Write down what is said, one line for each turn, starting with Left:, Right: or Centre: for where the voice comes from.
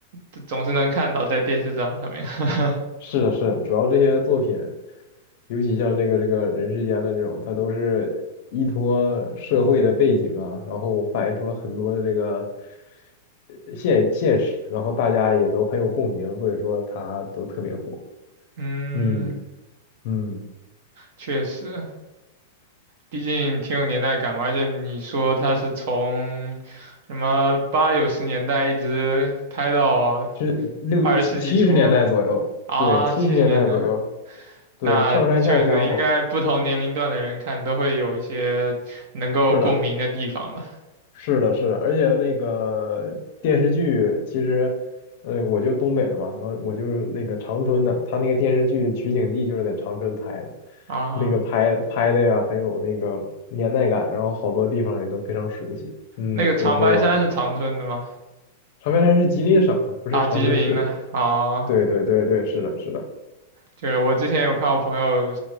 Right: 这总是能看到在电视上上面。<laughs>
Left: 是的，是的，主要这些作品，尤其像那个这个人世间的这种，它都是依托社会的背景啊，然后反映出了很多的这个呃现现实，然后大家也都很有共鸣，所以说它都特别火。
Right: 嗯，
Left: 嗯嗯。
Right: 确实，毕竟挺有年代感嘛。而且你说他是从什么八九十年代一直拍到
Left: 是六七七十年代左右，
Right: 二十世纪初啊，
Left: 对，七十年代左右，
Right: 七十年代，
Left: 对，
Right: 那确实应该不同年龄段的人看都会有一些能够共鸣的地方吧。
Left: 上山下乡嘛，是的，是的，是的，而且那个电视剧其实，呃，我就东北的嘛，然后我就是那个长春的，他那个电视剧取景地就是在长春拍的，
Right: 啊，
Left: 那个拍拍的呀很有那个年代感，然后好多地方也都非常熟悉，嗯，
Right: 那个长白山是长春的吗？
Left: 所以说我 <laughs> 长白山是吉林省的，不是长春市的，
Right: 啊，吉林的啊，
Left: 对对对对，是的，是的，
Right: 就是我之前有看我朋友